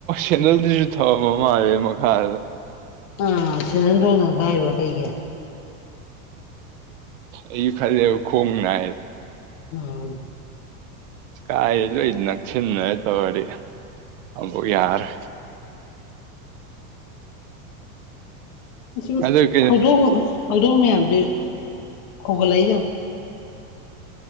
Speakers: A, on the right (about 60°); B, on the left (about 25°).
A: ꯀꯦꯟꯗꯜꯗꯨꯁꯨ ꯊꯃ ꯃꯥꯜꯂꯦ ꯃꯈꯥꯗ
B: ꯑꯥ ꯁꯦꯟꯍꯟ ꯊꯣꯡꯅ ꯀꯥꯏꯕ ꯀꯩꯒꯤ
A: ꯑꯩ ꯐꯦ ꯈꯣꯡꯣꯡꯅ
B: ꯑꯥ
A: ꯀꯥꯏꯂ ꯏ ꯅꯁꯤ ꯇ ꯋꯥꯔꯤ ꯑꯕꯨ ꯌꯥꯔ
B: ꯨꯝ
A: ꯑꯗꯨ ꯀꯩꯅꯣ
B: ꯍꯧꯗꯣꯡ ꯍꯧꯗꯣꯡ ꯃꯌꯥꯝꯁꯦ ꯈꯣꯒꯠꯂꯛꯏꯁ